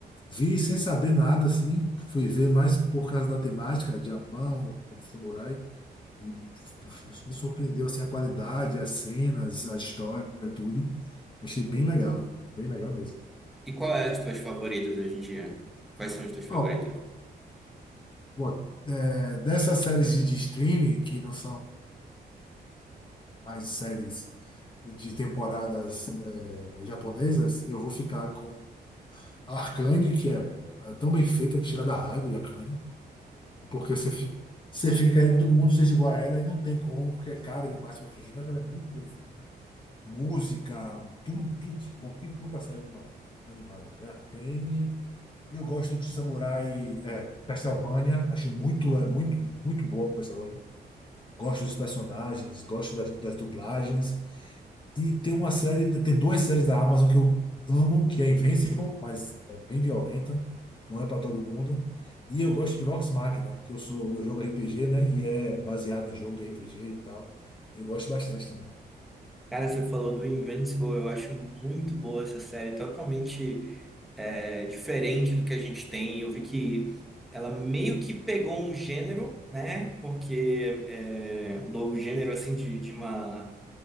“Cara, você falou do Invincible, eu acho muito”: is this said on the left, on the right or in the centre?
Centre